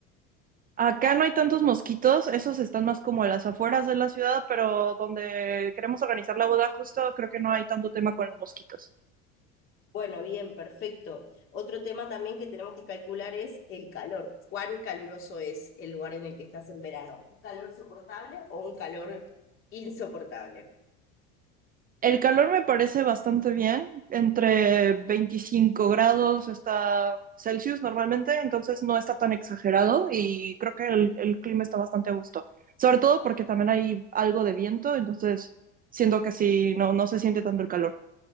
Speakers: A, on the right (about 30°); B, on the left (about 45°).
A: Acá no hay tantos mosquitos, esos están más como a las afueras de la ciudad, pero donde queremos organizar la boda justo, creo que no hay tanto tema con los mosquitos.
B: Bueno, bien, perfecto. Otro tema también que tenemos que calcular es el calor. ¿Cuán caluroso es el lugar en el que estás en verano? ¿Un calor soportable o un calor insoportable?
A: El calor me parece bastante bien, entre 25 grados está Celsius normalmente, entonces no está tan exagerado y creo que el, el clima está bastante a gusto. Sobre todo porque también hay algo de viento, entonces siento que sí, no, no se siente tanto el calor.